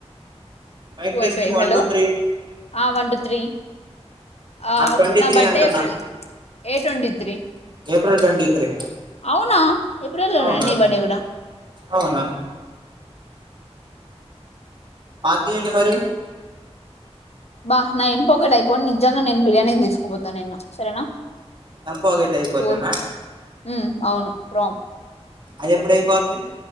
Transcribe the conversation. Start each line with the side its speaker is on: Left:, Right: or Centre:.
Right: మైక్
Left: టూ
Right: testing
Left: అయిపోయాయి
Right: one
Left: hello
Right: two three
Left: ఆ వన్ టూ త్రీ ఆ
Right: నాకు ట్వంటీ
Left: నా
Right: త్రీ
Left: బర్త్డే
Right: అంటున్నా
Left: ఏప్రిల్ ఏ twenty three
Right: April twenty three
Left: అవునా ఏప్రిల్ లోనేనా
Right: అవునా
Left: నీ బర్డే కూడా
Right: అవునా పార్టీ ఏంటి మరి
Left: అబ్బా నా ఎంప్ ఒకటి అయిపోను నిజంగా నేను బిర్యానీ తీసుకోపోతా నిన్ను సరేనా
Right: చంపోతే టైపోతేనా
Left: కోరుకు ఉమ్ అవును ప్రాం
Right: అది ఎప్పుడయిపోద్ది